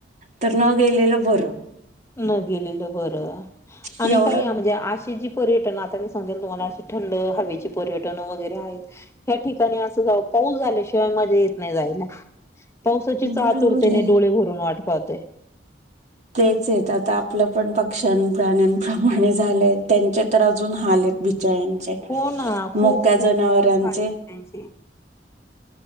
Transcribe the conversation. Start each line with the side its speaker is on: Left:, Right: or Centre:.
Right: तर न गेलेलं बरं
Left: न गेलेलं बरं आणि
Right: एवढं
Left: काही म्हणजे अशी जी पर्यट आ से तुम्हाला थंड हवेचे पर्यटन वगैरे आहेत ह ठिकाणी असऊ ल्याशिवाय मजा येत नाही जायला पावसाचीच
Right: बरोबर
Left: आतुरतेने
Right: आहे.
Left: डोळे भरून वाट पाहतय
Right: तेच आहेत आता आपलं पण पक्ष्यां प्राण्यांप्रमाणे झालंय त्यांचे तर अजून हाल आहेत
Left: हो ना खूप
Right: मोक्या
Left: खूप
Right: जनावरांचे
Left: खूप हाल आहेत त्यांचे.